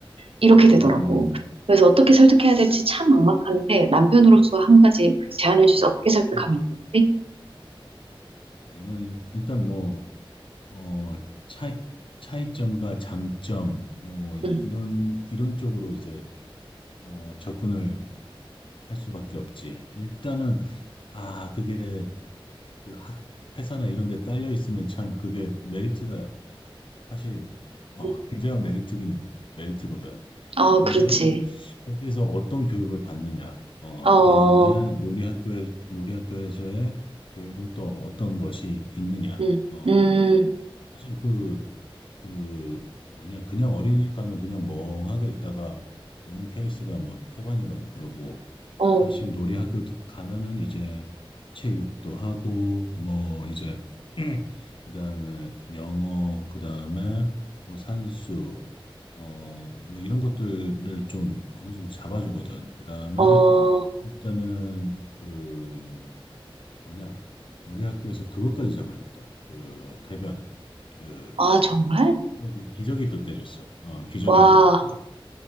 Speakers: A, on the right; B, on the left.
A: 이렇게
B: 음.
A: 되더라고. 그래서 어떻게 설득해야 될지 참 막막한데 남편으로서 한 가지 제안해 주세요. 어떻게 설득하면
B: 음.
A: 좋지?
B: 이건 일단 뭐, 어, 차이, 차이점과 장점, 뭐,
A: 음.
B: 이런, 이런 쪽으로 이제, 어, 접근을 할 수밖에 없지. 일단은, 아, 그게, 그, 하- 회사나 이런 데 딸려 있으면 참 그게 메리트가 사실, 어,
A: 음.
B: 굉장한 메리트긴 메리트거든.
A: 어,
B: 근데
A: 그렇지.
B: 거기에서 어떤 교육을 받느냐, 어,
A: 어,
B: 그 다음에 놀이학교에, 놀이학교에서의 교육은 또 어떤 것이 있느냐,
A: 음,
B: 어,
A: 음,
B: 사실 그 그 뭐냐 그냥 어린이집 가면 그냥 멍하게 있다가 오는 케이스가 뭐 태반이라고 그러고
A: 어,
B: 사실 놀이 학교 가면은 이제 체육도 하고 뭐 이제 <clears throat> 그다음에 영어 그다음에 뭐 산수 어 뭐 이런 것들을 좀 어느 정도 잡아주거든. 그다음에
A: 어,
B: 일단은 그 뭐냐 놀이 학교에서 그것까지 잡아줬다. 그 배변 그
A: 아, 정말?
B: 기적이, 기적이 또 떼줬어. 어, 기적이
A: 와,
B: 떼줬고.